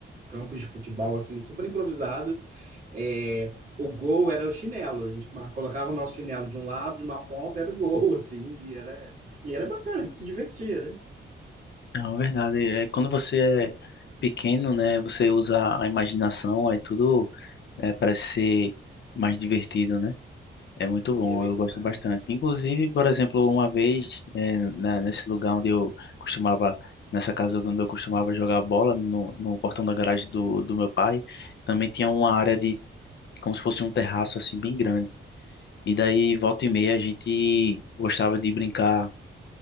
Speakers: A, on the right; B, on the left.
A: Campos de futebol, assim, super improvisados. É, o gol era o chinelo. A gente colocava o nosso chinelo de um lado, de uma ponta, era o gol, <laughs> assim, e era, e era bacana, a gente se divertia, né?
B: não, é verdade, é quando você é pequeno, né? Você usa a imaginação, aí tudo é, parece ser mais divertido, né? É muito bom,
A: É verdade.
B: eu gosto bastante. Inclusive, por exemplo, uma vez, eh, na- nesse lugar onde eu costumava, nessa casa onde eu costumava jogar bola, no, no portão da garagem do, do meu pai, também tinha uma área de, como se fosse um terraço assim, bem grande. E daí, volta e meia, a gente gostava de brincar